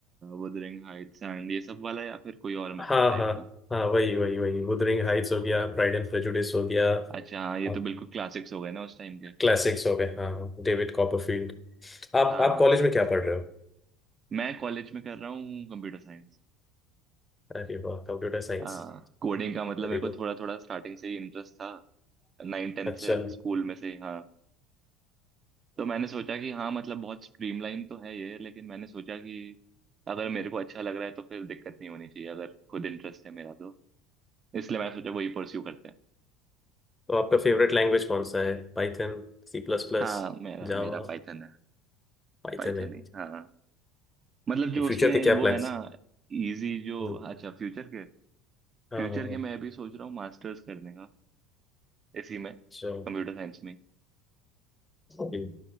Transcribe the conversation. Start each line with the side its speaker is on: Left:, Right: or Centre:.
Right: wuthering heights एंड ये सब वाला या फिर कोई और
Left: हाँ
Right: मतलब टाइप
Left: हाँ
Right: का
Left: हाँ वही वही वही wuthering हाइट्स हो गया प्राइड एंड प्रेजुडिस हो गया
Right: अच्छा हाँ ये
Left: आप
Right: तो बिल्कुल क्लासिक्स हो गए ना उस टाइम के
Left: क्लासिक्स हो गए हाँ डेविड कॉपरफील्ड आप
Right: हाँ
Left: आप कॉलेज में क्या पढ़ रहे हो
Right: मैं कॉलेज में कर रहा हूँ कंप्यूटर साइंस
Left: अरे वाह कंप्यूटर साइंस
Right: हाँ कोडिंग का मतलब
Left: Very
Right: मेरे को
Left: good
Right: थोड़ा थोड़ा स्टार्टिंग से ही इंटरेस्ट था नाइन टेंथ
Left: अच्छा
Right: से स्कूल में से हाँ तो मैंने सोचा कि हाँ मतलब बहुत स्ट्रीमलाइन तो है ये लेकिन मैंने सोचा कि अगर मेरे को अच्छा लग रहा है तो फिर दिक्कत नहीं होनी चाहिए अगर खुद इंटरेस्ट है मेरा तो इसलिए मैंने सोचा वही परस्यू करते हैं
Left: तो आपका फेवरेट लैंग्वेज कौन सा है Python C plus plus
Right: हाँ मेरा
Left: Java
Right: मेरा पाइथन है
Left: Python
Right: पाइथन
Left: है
Right: ही हाँ हाँ। मतलब जो
Left: फ्यूचर
Right: उसमें
Left: के क्या
Right: वो
Left: प्लान्स
Right: है ना इजी जो
Left: हाँ
Right: अच्छा फ्यूचर के
Left: हाँ,
Right: फ्यूचर
Left: हाँ।
Right: के मैं भी सोच रहा हूँ मास्टर्स करने का इसी में कंप्यूटर
Left: अच्छा
Right: साइंस में
Left: जी।